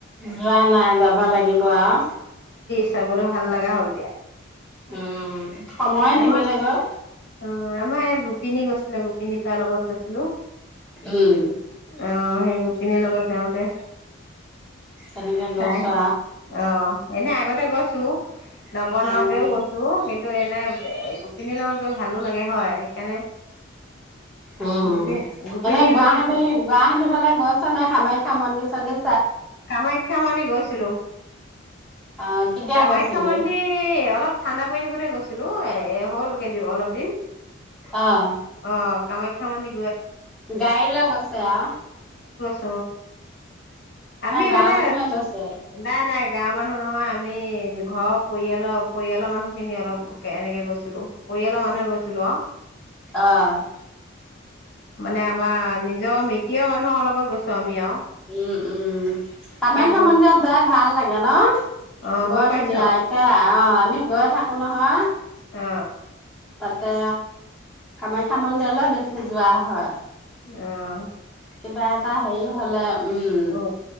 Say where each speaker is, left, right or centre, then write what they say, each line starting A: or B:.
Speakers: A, in the centre; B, on the left.
A: যোৱা নাই যাব লাগিব আও
B: চাবলে ভাল লগা হ'ল দিয়া
A: উম। সময়ে
B: আমাৰ
A: নিমিলে গৈ
B: অ আমাৰ ইয়। গোপিনী গৈছিলে গোপিনী পাৰ লগত গৈছিলো
A: উম
B: অহ। সেই গোপিনীৰ লগত যাওঁতে।
A: তেনেকে গৈছো
B: চাই অ এনে আগতে। তে গছো। নব
A: আৰু
B: নওতেও
A: উম
B: গৈছো কিন্তু এনে গোখিনি লগত গৈ ভালো লাগে। গে হয় সেইকাৰণে।
A: উম
B: গোপি গোপিনীৰ
A: এনেই গুৱাহাটী
B: লগত
A: গুৱাহাটী ফালে গৈছ নে খাম। মন্দি চণ্ডী।
B: কামাখ্যা মন্দি গৈছিলো।
A: অ কেতিয়া
B: কামাখ্যা
A: গৈছিলি
B: মন্দিৰ অলপ। ঠাণ্ডা পৰি থাকোতে গৈছিলো এ হ'ল কেইদিন অলপ দিন।
A: অহ
B: অ কামাখ্যা মন্দি।
A: গাই লৈ গৈচ আও।
B: অহ আমি
A: গাঁৱৰ
B: মানে
A: মানুহে গৈছে
B: নাই নাই। গাঁৱৰ মানুহ নহয় আমি ঘৰৰ পৰিয়ালৰ পৰিয়ালৰ মানুহ খিনি অলপ এনেকে গৈছিলো পৰিয়ালৰ মানুহে গৈছিলো। অ
A: অহ
B: মানে আমাৰ নিজৰ মৃত। তিয়া মানুহৰ লগত গছো আমি আও
A: উম, উম কামাখ্যা
B: গৈ
A: মন্দিৰত যাই ভাল লাগে ন
B: অ
A: বৰ
B: গৈ পাইছ
A: ধুনীয়া একে অ আমি গৈ থাকো নহয়।
B: অ
A: তাতে কামাখ্যা মন্দিৰলৈ বেছি যোৱা হয়।
B: অহ
A: কিবা এটা হে হলে উম
B: অ